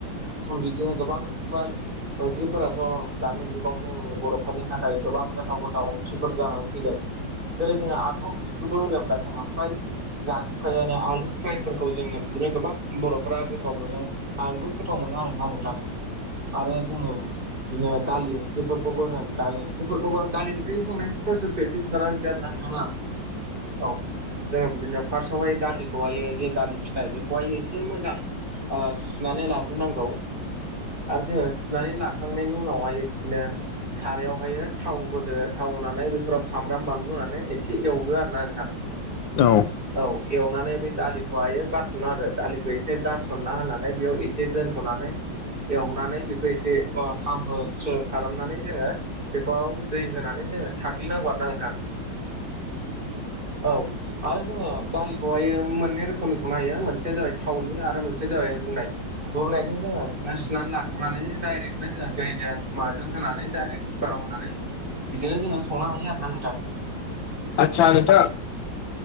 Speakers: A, on the right (about 25°); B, on the left (about 80°).
A: बिदिनो गोबां फ्राय ओंख्रिफोराथ' दानि जुगाव जोंनि बर'फोरनि थाखाय गोबां गोथाव -गोथाव ओंख्रिफोर जानानै फैदों। जेरै जोङो आलु ओंख्रिखौबो होनोब्ला जोङो फ्राय जाजोबखायोआनो आलु फायफोरखौ जोङो बिदिनो गोबां बर'फोरा गोथाव मोनो आंबो गोथाव मोनो आरोना नोंथां। आरो जोङो बिदिनो दालि ओंख्रिफोरखौबो होन दालि बेफोरखौबो दालि ओंख्रि संनायनि प्रसेसखौ एसे खोनथाना होनोसै आरो ना नोंथांनो आं। औ जोङो बिदिनो फार्स्टआवहाय दालि बेखौहायो जे दालि फिथाइ बेखौहाय एसे मोजां सुनानै लाग्रोनांगौ। आर जोङो सुनानै लाखांनायनि उनावहाय बिदिनो सारायावहायो थाव होदो थाव होनानै बेफोराव सामब्राम, बानलु होनानै एसे एवदो आरोना नोंथां।
B: औ।
A: औ एवनानै बे दालिखौहायो गारस'ना होदो दालिखौ एसे गार सनना होनानै बेयाव एसे दोन्थ'नानै एवनानै बेखौ एसे ओ खामहोस्रो खालामनानै जोङो बेखौ दै होनानै जोङो साग्लिनांगौ आरोना नोंथां। औ आरो जोङो दालिखौ हायो मोननै रोखोमनि संनो हायो मोनसेया जाबाय थावनि आरो मोनसेया जाबाय रुनाय। रुनायजों जोंहा बिदिनो सुनानै लाग्रोनानै डायरेक्टनो जोङो दैजों माजों होनानै डायरेक्ट कुकाराव होनानै बिदिनो जोङो संनो हायो आरोना नोंथां।
B: आथसा नोंथां।